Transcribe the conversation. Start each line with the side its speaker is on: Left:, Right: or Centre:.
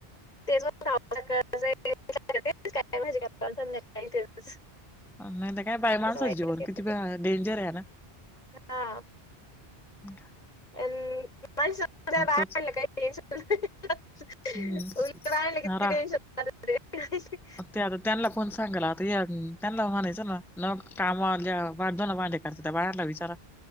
Left: <unintelligible> <unintelligible>
Centre: नाही तर काय बाय माणसाचं जीवन किती डेंजर आहे ना.
Left: हा.
Centre: हा.
Left: <unintelligible>
Centre: तोच
Left: <unintelligible>
Centre: हम्म हा रा ते आता त्यांना कोण सांगल, आता या त्यांना म्हणायचं ना लोक कामवाल्या धूणं भांडे त्या बाहेरला विचारा,